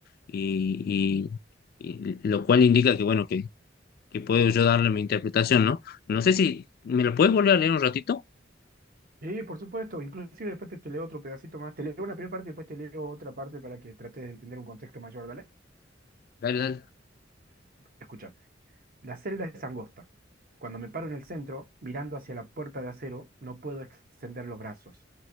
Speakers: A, on the left; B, on the right.
A: y, y- y lo cual indica que, bueno, que, que puedo yo darle mi interpretación, ¿no? No sé si, ¿me lo puedes volver a leer un ratito?
B: Sí, por supuesto. Inclusive después te, te leo otro pedacito más. Te leo una primera parte y después te leo otra parte para que trates de entender un contexto mayor. Dale.
A: Dale, dale.
B: Escucha. La celda es angosta. Cuando me paro en el centro, mirando hacia la puerta de acero, no puedo extender los brazos.